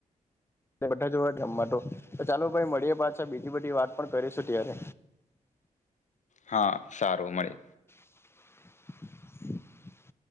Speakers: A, on the left; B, on the left.
A: બા જોવા જમવાડ તો ચાલો ભાઈ મળીએ પાતછા બીજી બધી વાત પણ કરીશું ત્યારે
B: હા સારું મળે
A: <inaudible>